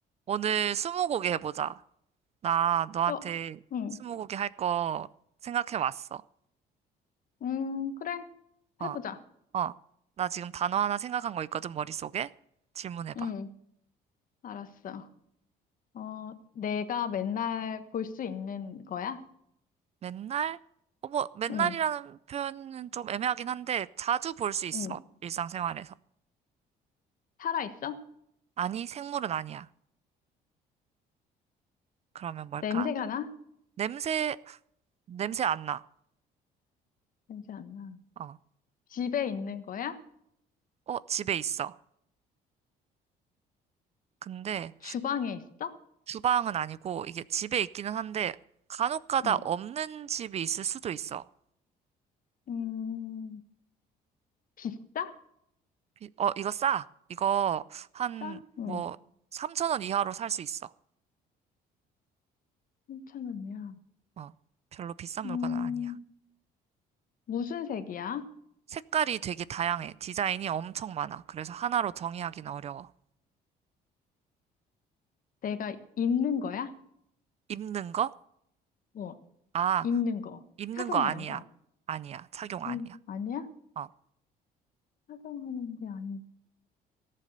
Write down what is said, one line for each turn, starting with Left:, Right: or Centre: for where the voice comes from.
Right: 오늘 스무고개 해보자. 나 너한테
Left: 어, 응,
Right: 스무고개 할 거 생각해왔어.
Left: 음, 그래.
Right: 어,
Left: 해보자.
Right: 어. 나 지금 단어 하나 생각한 거 있거든, 머릿속에. 질문해봐.
Left: 응, 알았어. 어, 내가 맨날 볼 수 있는 거야?
Right: 맨날? 어, 뭐, 맨날이라는
Left: 응,
Right: 표현은 좀 애매하긴 한데, 자주 볼 수 있어,
Left: 응.
Right: 일상생활에서.
Left: 살아있어?
Right: 아니, 생물은 아니야. 그러면 뭘까?
Left: 냄새가 나?
Right: 냄새, 냄새 안 나.
Left: 냄새 안 나.
Right: 어,
Left: 집에 있는 거야?
Right: 어, 집에 있어. 근데
Left: 주방에 있어?
Right: 주방은 아니고, 이게 집에 있기는 한데, 간혹 가다
Left: 응.
Right: 없는 집이 있을 수도 있어.
Left: 음, 비싸?
Right: 이- 어, 이거 싸. 이거 한
Left: 싸? 응.
Right: 뭐 3천 원 이하로 살 수 있어.
Left: 3천 원이야.
Right: 어, 별로 비싼 물건은
Left: 음,
Right: 아니야.
Left: 무슨 색이야?
Right: 색깔이 되게 다양해. 디자인이 엄청 많아. 그래서 하나로 정의하기는 어려워.
Left: 내가 입는 거야?
Right: 입는 거?
Left: 뭐,
Right: 아,
Left: 입는 거.
Right: 입는
Left: 착용하는
Right: 거 아니야.
Left: 거.
Right: 아니야. 착용 아니야.
Left: 음, 아니야?
Right: 어,
Left: 착용하는 게 아니고.